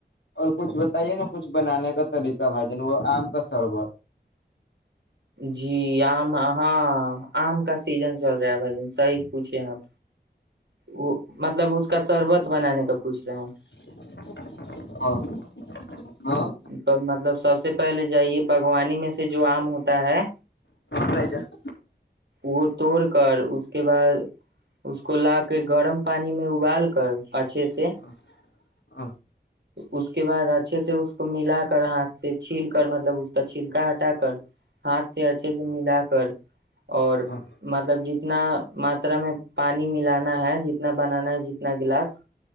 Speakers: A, on the left (about 85°); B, on the right (about 70°).
A: اور کچھ بتائیے نا کچھ بنانے کا طریقہ بھ جان وہ آم کا سربت
B: جی آم ہاں آم کا سیزن چل رہا ہے بھائی جن صحی پوھے آپ وہ مطلب اس کا شربت بنانے کا پوچھ رہے ہیں
A: ہاں ہاں
B: مطلب سب سے پہلے جے باغوانی میں سے جو آم ہوتا ہے
A: بھائی جان
B: وہ توڑ کر اس کے بعد اس کو لا کے گرم پانی میں ابال کر
A: <unintelligible>
B: اچھے سے اس کے بعد اچھے سے اس کو ملا کر ہاتھ سے چھیل کر مطلب اس کا چھلکا ہٹا کر ہاتھ سے اچھے سے ملا کر اور
A: ہاں
B: مطلب جی اتنا ماترا میں پانی ملانا ہے جتنا بنانا ہے جتنا گلاس